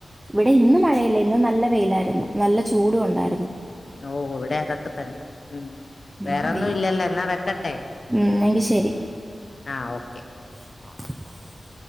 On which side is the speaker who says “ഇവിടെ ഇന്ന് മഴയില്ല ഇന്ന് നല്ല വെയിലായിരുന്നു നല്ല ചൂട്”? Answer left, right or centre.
Right